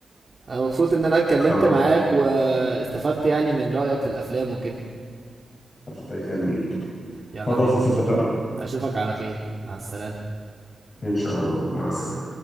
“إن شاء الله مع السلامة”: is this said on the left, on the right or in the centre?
Left